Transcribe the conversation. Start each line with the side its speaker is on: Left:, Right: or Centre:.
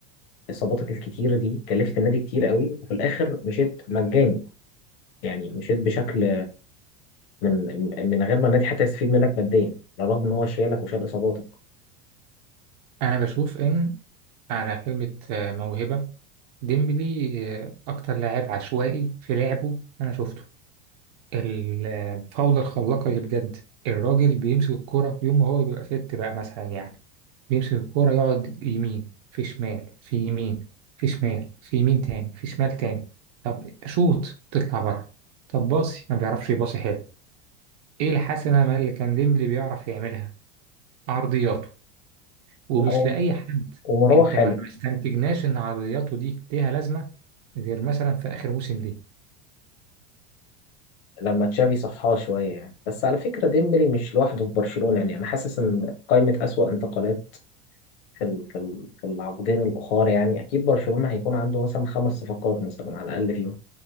Left: اصاباتك الكتيره دي كلفت النادي كتير قوي وفي الاخر مشيت مجاني يعني مشيت بشكل من من غير ما النادي حتى يستفيد منك ماديا على الرغم ان هو شايلك وشال اصاباتك
Right: أنا بشوف إن على كلمة آه، موهبة ديمبلي آه، أكتر لاعب عشوائي في لعبه أنا شفته الفاولة الخلاقة اللي بجد الراجل بيمسك الكرة يوم ما هو بيبقى فيت بقى مثلا يعني بيمسك الكرة يقعد يمين في شمال في يمين في شمال في يمين تاني في شمال تاني طب شوط تطلع بره طب باصي ما بيعرفش يباصي حلو ايه الحسنة ما اللي كان ديمبلي بيعرف يعملها عرضياته ومش
Left: لا، هو-
Right: لأي حد
Left: ومروح
Right: انت
Left: حاله
Right: ما ما استنتجناش ان عرضياته دي ليها لازمة غير مثلا في آخر موسم ليه
Left: لما تشافي صحاه شوية يعني بس على فكرة ديمبلي مش لوحده في برشلونة يعني أنا حاسس إن قائمة أسوأ انتقالات في ال- في ال- في العقدين الأخر يعني أكيد برشلونة هيكون عنده مثلا خمس صفقات مثلا على الأقل فيهم